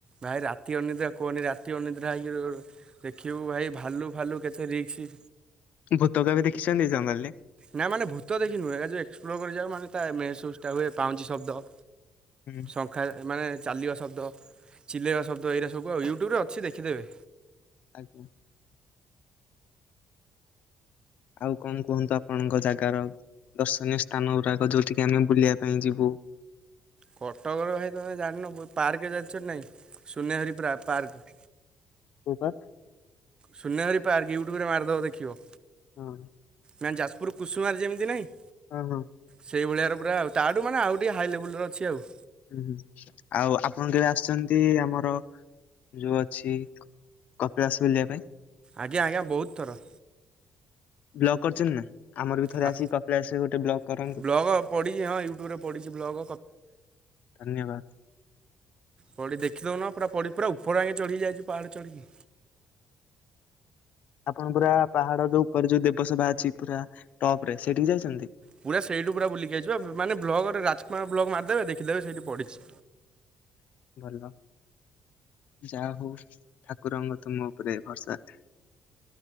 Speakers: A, on the right; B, on the left.
A: ଭାଇ ରାତି ଅନିଦ୍ରା କୁହନି ରାତି ଅନିଦ୍ରା ହେଇକି ରହୁ। ଦେଖିବୁ ଭାଇ ଭାଲୁ ଫାଲୁ କେତେ ରିକ୍ସ।
B: ଭୂତ କେବେ ଦେଖିଛନ୍ତି ଜଙ୍ଗଲରେ?
A: ନାଁ ମାନେ ଭୂତଦେଖି ନୁହେଁ ଏଜେ ଏକ୍ସପ୍ଲୋର କରିିଯାଉ ମାନେ ତା ମେହେସୁସ ଟା ହୁଏ ପାଉଁଜି ଶବ୍ଦ।
B: ହୁଁ,
A: ଶଙ୍ଖାର ମାନେ ଚାଲିବା ଶବ୍ଦ ଚିଲେଇବା ଶବ୍ଦ ଏଇରା ସବୁ ଆଉ ୟୁଟ୍ୟୁବରେ ଅଛି ଦେଖିଦେବେ।
B: ଆଜ୍ଞା। ଆଉ କଣ କୁହନ୍ତୁ ଆପଣଙ୍କ ଜାଗାର ଦର୍ଶନୀୟ ସ୍ଥାନ ଗୁଡାକ ଯୋଉଠ କିି ଆମେ ବୁଲିବା ପାଇଁ ଯିବୁ।
A: କଟକର ଭାଇ ତମେ ଜାଣିନ ପାର୍କ ଜାଣିଛ ନାହିଁ ସୁନେହେରି ପାର ପାର୍କ।
B: କୋଉ ପାକ?
A: ସୁନେହେରି ପାର୍କ ୟୁଟ୍ୟୁବରେ ମାରିଦବ ଦେଖିବ।
B: ହୁଁ।
A: ମାନେ ଯାଜପୁର କୁସୁମାରେ ଯେମିତି ନାହିଁ?
B: ହଁ, ହଁ,
A: ସେଇଭଳିଆର ପୁରା ତାଠୁ ମାନେ ଆଉ ଟିକେ ହାଇ ଲେବୁଲ୍ର ର ଅଛି ଆଉ।
B: ହୁଁ, ହୁଁ ଆଉ ଆପଣ କେବେ ଆସିଛନ୍ତି ଆମର ଯୋଉ ଅଛି କପିଳାସ ବୁଲିବା ପାଇଁ।
A: ଆଜ୍ଞା ଆଜ୍ଞା ବହୁତ ଥର।
B: ବ୍ଲକ୍ କରିଛନ୍ତି ନା। ଆମର ବି ଥରେ
A: ହଁ
B: ଆସିିକି କପିଳାସରେ ଗୋଟେ ବ୍ଲଗ କରନ୍ତୁ।
A: ବ୍ଲଗ ପଡ଼ିଛି ହଁ ୟୁଟ୍ୟୁବରେ ପଡ଼ିଛି ବ୍ଲଗ
B: ଧନ୍ୟବାଦ।
A: ପଡି ଦେଖିଦଉନ ପୁରା ପଡି ପୁରା ଉପର ଆଗେ ଚଢି ଯାଇଛି ପାହାଡ ଚଢିକି।
B: ଆପଣ ପୁରା ପାହାଡ ଯୋଉ ଉପରେ ଯୋଉ ଦେବସଭା ଅଛି ପୁରା ଟପ ରେ ସେଠିକି ଯାଇଛନ୍ତି?
A: ପୁରା ସେଇଠୁ ପୁରା ବୁଲିକି ଆଇଚୁ ବା ମାନେ ବ୍ଲଗରେ ରାଜକୁମାର ବ୍ଲଗ ମାରିଦେବେ ଦେଖଦେବେ ସେଇଠି ପଢିଛି।
B: ଭଲ ଯାହା ହଉ ଠାକୁରଙ୍କ ତୁମ ଉପରେ ଭରସା।